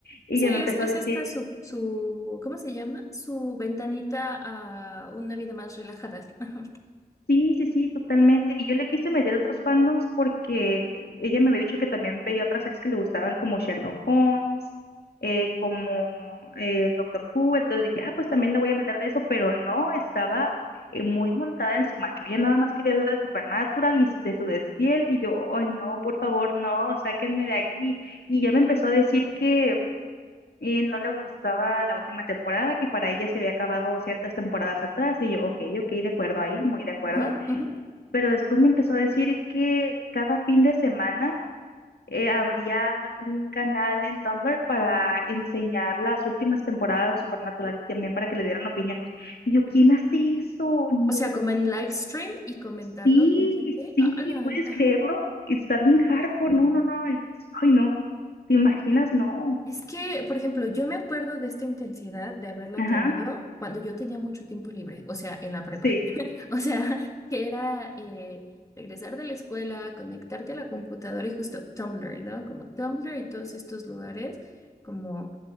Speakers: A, on the left; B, on the left.
A: Y
B: sí,
A: ya
B: es,
A: me empezó
B: es
A: a decir,
B: esta su, su, ¿cómo se llama? Su ventanita a una vida más relajada. <laughs> Ajá.
A: Sí, sí, sí, totalmente. Y yo le quise meter otros fandoms porque ella me había dicho que también veía otras series que le gustaban como Sherlock Holmes, eh, como eh, el Doctor Who. Entonces dije, ah, pues también le voy a meter de eso, pero no, estaba eh, muy montada en su macho. Ella nada más quería hablar de Supernatural y de su desfiel. Y yo, ay, no, por favor, no, sáquenme de aquí. Y ya me empezó a decir que eh, no le gustaba la última temporada, que para ella se había acabado ciertas temporadas atrás. Y yo, ok, ok, de acuerdo ahí, muy de acuerdo
B: ujú, ujú.
A: pero después me empezó a decir que cada fin de semana eh, habría un canal en Tumblr para enseñar las últimas temporadas de Supernatural y también para que le dieran opiniones. Y yo, ¿quién hace eso? No,
B: O sea, como en live stream y comentarlo
A: sí,
B: con gente.
A: sí,
B: Hola,
A: ¿puedes
B: ajá.
A: creerlo? Está bien hardcore, no, no, no, entonces, ay, no, ¿te imaginas? No,
B: Es que, por ejemplo, yo me acuerdo de esta intensidad de haberla
A: ajá,
B: tenido cuando yo tenía mucho tiempo libre, o sea, en la prepa.
A: sí,
B: <laughs> O sea, que era eh, regresar de la escuela, conectarte a la computadora y justo Tumblr, ¿no? Como Tumblr y todos estos lugares, como